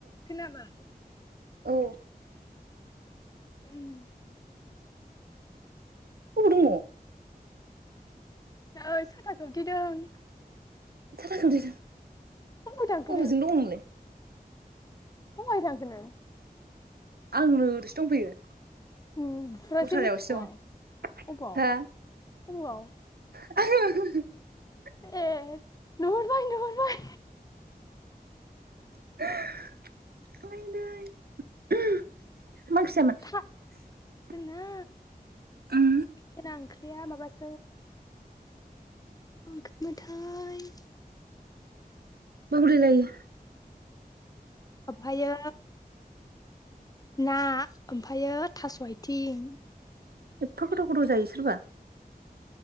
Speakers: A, on the left; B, on the right.
A: खोनाबाय।
B: औ
A: उम
B: अबाव दङ?
A: नै साथा खोबथेदों।
B: साथा खोबथेदों
A: अबाव थांखो
B: अबेजों दं नोंलाय?
A: अबाव थांखो नों?
B: आं नो ओरैसो दंफैयो।
A: नुहरासो
B: दस्रायावसो
A: मिथिगौ
B: दं
A: आं अबाव
B: हा
A: <unintelligible>
B: <unintelligible>
A: ए नुहुरबाय नुहुरबाय।
B: आयदै मा ओंख्रि जायामोन?
A: था जोंना
B: उम
A: जोंना आंख्रिया माबासो ओंख्रि मोन थाय
B: बाव लायलायो
A: आमफायो ना ओमफायो थास' आथिं
B: एफफा गोदाव गोथाव जायो सोरबा